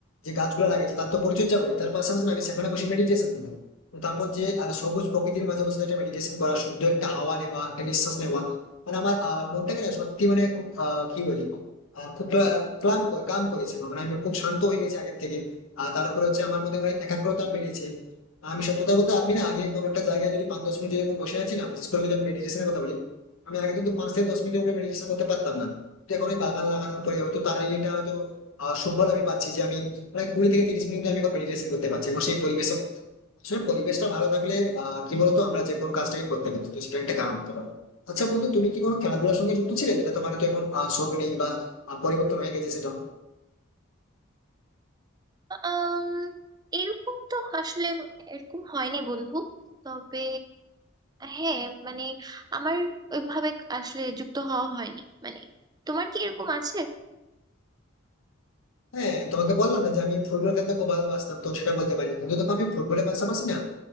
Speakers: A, on the left (about 80°); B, on the right (about 20°).
A: যে গাছগুলো লাগিয়েছি তার তো পরিচর্যা করি তার পাশাপাশি না আমি সেখানে বসে মেডিটেশন করি তো তারপর যে আ, সবুজ প্রকৃতির মাঝে বসে একটা মেডিটেশন করা শুদ্ধ একটা হাওয়া নেওয়া একটা নিঃশ্বাস নেওয়া মানে আমার আ, মনটাকে না সত্যি মানে খুব আ, কি বলি আ, খুব ক্লা- ক্লান্ত করে কাম করেছে মানে আমি খুব শান্ত হয়ে গেছি আগের থেকে আর তার উপরে হচ্ছে আমার মধ্যে অনেক একাগ্রতা বেড়েছে আমি সত্যি কথা বলতে আমি না আগে কোনো একটা জায়গায় যদি পাঁচ দশ মিনিট এরকম বসে আছি না বিশেষ করে যদি আমি মেডিটেশনের কথা বলি আমি আগে কিন্তু পাঁচ থেকে দশ মিনিটের উপরে মেডিটেশন করতে পারতাম না কিন্তু এখন ওই বাগান লাগানোর পরে হয়তো তার এটা হয়তো আহ, সুফল আমি পাচ্ছি যে আমি প্রায় কুড়ি থেকে তিরিশ মিনিট আমি এখন মেডিটেশন করতে পারছি এবং সেই পরিবেশে আসলে পরিবেশটা ভালো থাকলে আহ কি বলতো আমরা যে কোনো কাজটাই করতে পারি তো সেটা একটা কাম হতে পারে আচ্ছা বন্ধু তুমি কি কোনো খেলাধুলার সঙ্গে যুক্ত ছিলে যেটা তোমার তো এখন আহ, শখ নেই বা আহ, পরিবর্তন হয়ে গেছে সেটা
B: আম, এরকম তো আসলে এরকম হয়নি বন্ধু তবে হ্যাঁ মানে আমার ওইভাবে আসলে যুক্ত হওয়া হয়নি মানে তোমার কি এরকম আছে
A: হ্যাঁ তোমাকে বললাম না যে আমি ফুটবল খেলতে খুব ভালোবাসতাম তো সেটা বলতে পারি কিন্তু দেখো আমি ফুটবলের পাশাপাশি না